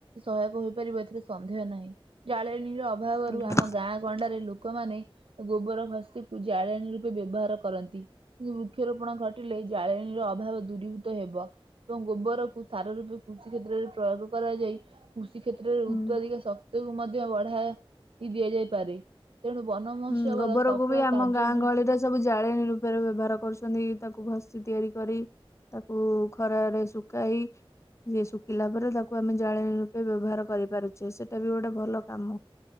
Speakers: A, on the right; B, on the left.
A: ସହାୟକ ହୋଇପାରିବ ଏଥିରେ ସନ୍ଦେହ ନାହିଁ ଜାଳେଣୀର ଅଭାବରୁ
B: ଆଜ୍ଞା।
A: ଆମ ଗାଁ ଗଣ୍ଡାରେ ଲୋକ। ଲୋକମାନେ ଗୋବର ଘସିକୁ ଜାଳେଣୀ ରୂପେ ବ୍ୟବହାର କରନ୍ତି। କୁ ବୃକ୍ଷରୋପଣ ଘଟିଲେ ଜାଳେଣୀର ଅଭାବ ଦୂରୀଭୂତ୍ କୃତ ହେବ ଏବଂ ଗୋବରକୁ ସାର ରୂପେ କୃଷି କ୍ଷେତ୍ରରେ ପ୍ରୟୋଗ କରାଯାଇ କୃଷି କ୍ଷେତ୍ରରେ
B: ହୁଁ
A: ଉତ୍ପାଦିକ ଶକ୍ତିକୁ ମଧ୍ୟ ବଢାଇ ଦିଆଯାଇପାରେ। ତେଣୁ ବନ ମହୋତ୍ସବର
B: ହୁଁ ଗୋବରକୁ
A: ସଫଳ
B: ବି ଆମ
A: କାର୍ଯ୍
B: ଗାଁ
A: ଉନ୍ନୟନ
B: ଗହଳିରେ ସବୁ ଜାଳେଣୀ ରୂପରେ ବ୍ୟବହାର କରୁଛନ୍ତି ତାକୁ ଘଷି ତିଆରି କରି ତାକୁ ଖରାରେ ଶୁଖାଇ ଶୁଖିଲା ପରେ ତାକୁ ଆମେ ଜାଳେଣି ରୁ ବେ ବ୍ୟବହାର କରିପାରୁଛେ ସେଇଟା ବି ଗୋଟେ ଭଲ କାମ